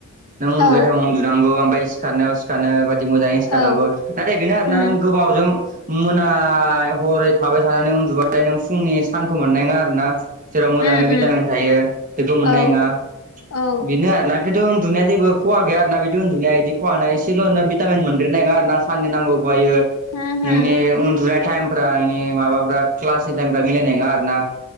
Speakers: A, on the right; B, on the left.
A: नों उन्दुबाय
B: औ
A: टाइमाव उन्दुनांगौ ओमफ्राय सिखारनायाव सिखारनो मोजाङै सिखारारनांगौ
B: औ
A: नाथाय बेनो आरोना
B: उम
A: नों गोमावजों मोना हरै थाबाय थानानै उन्दुबाय नों फुंनि सानखौ मोननाय नङा आरो ना? जेराव मोजाङै
B: उम
A: भिटामिन
B: उम
A: थायो बेखौ
B: औ
A: मोननाय नङा
B: औ
A: बेनो आरोना। दाथथ' उन्दुनाया जेबो खहा गैया आरा बिदि उन्दुनाय बिदि खवानाया एसे' नो भिामिन मोनदेरनाय नङ आरोना साननि नांगौ। <unintelligible>
B: होम
A: नोंनि
B: होम
A: उन्दुनाय थायेम नोंनि माबाफ्रा क्लासनि टाइमफ्रा मिलायनाय नङा आरो ना?